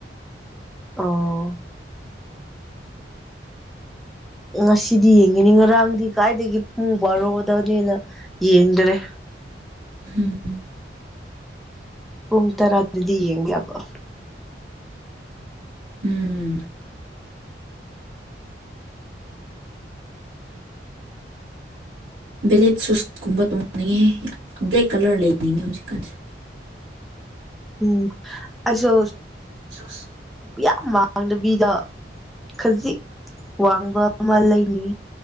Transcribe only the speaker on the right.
ꯍꯝ
ꯎꯝ ꯕꯦꯂꯦꯠ ꯁꯨꯁ ꯀꯨꯝꯕ ꯇꯣꯡꯅꯤꯡꯉꯦ ꯕ꯭ꯂꯦꯛ ꯀꯂꯔ ꯂꯩꯅꯤꯡꯉꯦ ꯍꯧꯖꯤꯛꯀꯥꯟꯁꯦ
ꯆꯁ